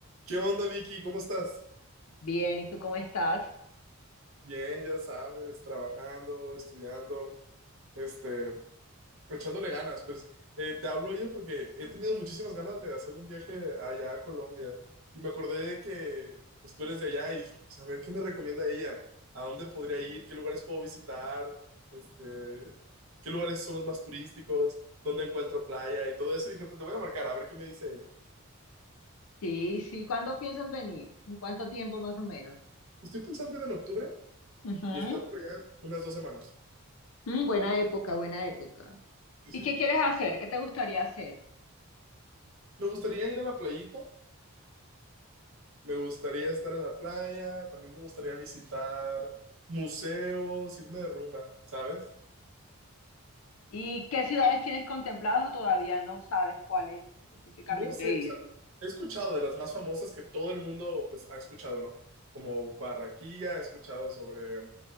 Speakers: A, on the right; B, on the left.
A: ¿Qué onda, Vicky? ¿Cómo estás?
B: Bien, ¿y tú cómo estás?
A: Bien, ya sabes, trabajando, estudiando, este, echándole ganas. Pues eh, te hablo yo porque he tenido muchísimas ganas de hacer un viaje allá a Colombia y me acordé de que pues, tú eres de allá y dije, pues a ver, ¿qué me recomienda ella? ¿A dónde podría ir? ¿Qué lugares puedo visitar? Este, ¿qué lugares son los más turísticos? ¿Dónde encuentro playa? Y todo eso. Y dije, pues te voy a marcar, a ver qué me dice ella.
B: Sí, sí, ¿cuándo piensas venir? ¿En cuánto tiempo más o menos?
A: Estoy pensando ir en octubre
B: Ujú.
A: y estar por allá unas dos semanas.
B: Mm, buena época, buena época.
A: Sí,
B: ¿Y
A: sí.
B: qué quieres hacer? ¿Qué te gustaría hacer?
A: Me gustaría ir a la playita, me gustaría estar en la playa, también me gustaría visitar museos, irme de rumba, ¿sabes?
B: ¿Y qué ciudades tienes contempladas o todavía no sabes cuáles específicamente
A: No sé,
B: ir?
A: o sea, he escuchado de las más famosas que todo el mundo pues ha escuchado, ¿no? Como Barraquilla, he escuchado sobre